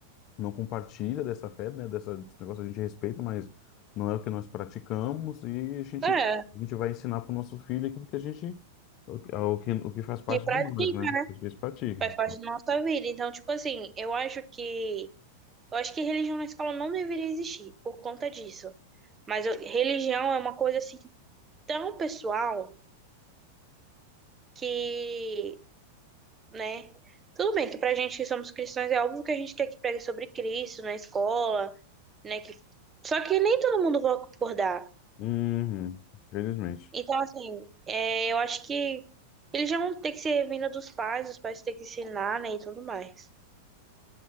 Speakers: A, on the left (about 45°); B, on the right (about 20°).
A: não compartilha dessa fé, né? Dessa, desse negócio a gente respeita, mas não é o que nós praticamos e a gente,
B: É,
A: a gente vai ensinar para o nosso filho aquilo que a gente, o, que, o que faz parte
B: que pratica,
A: de nós, né? O que eles praticam.
B: faz parte da nossa vida. Então, tipo assim, eu acho que Eu acho que religião na escola não deveria existir por conta disso. Mas eu- religião é uma coisa assim tão pessoal que, né? Tudo bem que pra gente que somos cristãos é óbvio que a gente quer que pregue sobre Cristo na escola, né? Que... Só que nem todo mundo vai concordar.
A: Uhum, infelizmente.
B: Então, assim, é, eu acho que religião tem que ser vinda dos pais, os pais têm que ensinar, né? E tudo mais.